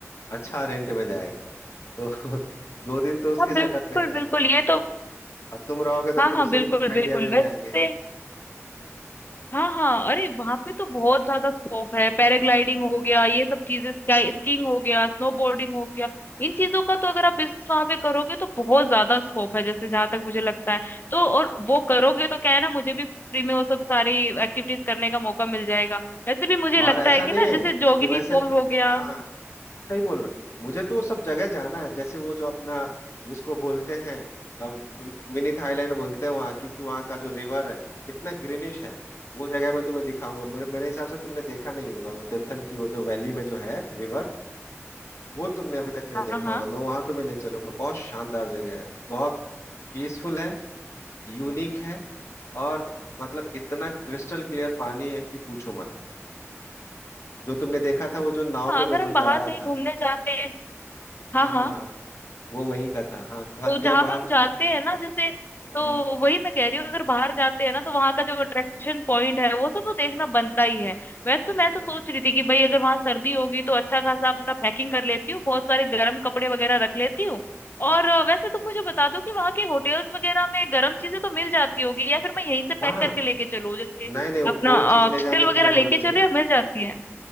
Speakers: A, on the left (about 60°); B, on the left (about 40°).
A: अच्छा रेंट में जाएगा तो <laughs> दो दिन तो उसके
B: हाँ बिल्कुल
A: सेटअप में जाएगा
B: बिल्कुल ये तो
A: और तुम रहोगे तो
B: हाँ
A: तुमसे
B: हाँ बिल्कुल
A: भी कुछ आइडिया
B: बिल्कुल
A: मिल
B: वैसे
A: जाएंगे
B: हाँ हाँ अरे वहां पे तो बहुत ज्यादा स्कोप है पैराग्लाइडिंग हो गया ये सब चीजें स्काई स्कीइंग हो गया स्नोबोर्डिंग हो गया इन चीजों का तो अगर आप बिजनेस वहां पे करोगे तो बहुत ज्यादा स्कोप है जैसे जहां तक मुझे लगता है तो और वो करोगे तो क्या है ना मुझे भी फ्री में वो सब सारी एक्टिविटीज करने का मौका मिल जाएगा वैसे भी मुझे लगता
A: और ऐसा
B: है कि
A: नहीं
B: ना जैसे
A: है
B: जोगिनी
A: कि मैं सिर्फ
B: फॉल हो गया
A: हाँ सही बोल रहे हो। मुझे तो वो सब जगह जाना है जैसे वो जो अपना जिसको बोलते हैं अम, मिनी थाईलैंड बोलते हैं वहाँ क्योंकि वहाँ का जो रिवर है कितना ग्रीनिश है वो जगह मैं तुम्हें दिखाऊंगा मेरे, मेरे हिसाब से तुमने देखा नहीं होगा वो तीर्थन की वो जो वैली में जो है रिवर वो तुमने अभी तक नहीं
B: हाँ
A: देखा
B: हाँ
A: होगा मैं वहां तुम्हें ले चलूंगा बहुत शानदार जगह है बहुत पीसफुल है यूनिक है और मतलब इतना क्रिस्टल क्लियर पानी है कि पूछो मत जो तुमने देखा था वो जो नाव
B: हाँ
A: पे
B: अगर
A: मैं
B: हम
A: जो जा
B: बाहर
A: रहा
B: कहीं
A: था
B: घूमने जाते हैं हाँ
A: हाँ
B: हाँ
A: वो वही का था हाँ का-
B: तो
A: क्या
B: जहां
A: बाहर
B: पे हम जाते हैं ना जैसे
A: हम्म,
B: तो वही मैं कह रही हूँ अगर बाहर जाते हैं ना तो वहां का जो अट्रैक्शन पॉइंट है वो सब तो देखना बनता ही है वैसे तो मैं तो
A: हाँ
B: सोच रही थी कि भाई अगर वहां सर्दी होगी तो अच्छा खासा अपना पैकिंग कर लेती हूँ बहुत सारे गर्म कपड़े वगैरह रख लेती हूँ और अ, वैसे तुम मुझे बता दो कि वहाँ के होटल्स वगैरह में गर्म चीजें तो मिल जाती होगी या फिर मैं यहीं से
A: हाँ
B: पैक
A: हाँ,
B: करके लेके चलूँ जैसे
A: नहीं नहीं वो
B: अपना
A: कोई चीज
B: अ,
A: ले
B: कस्टेल
A: जाने
B: वगैरह
A: की जरूरत
B: लेके
A: नहीं
B: चलूँ
A: है
B: या मिल जाती है